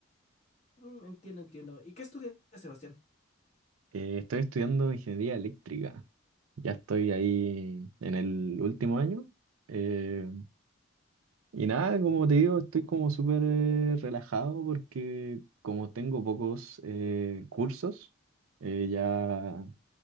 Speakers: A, on the left; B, on the right.
A: Mm, entiendo, entiendo. ¿Y qué estudias, Sebastián?
B: Eh, estoy estudiando ingeniería eléctrica. Ya estoy ahí en el último año. eh, Y nada, como te digo, estoy como súper eh, relajado porque como tengo pocos eh, cursos, eh, ya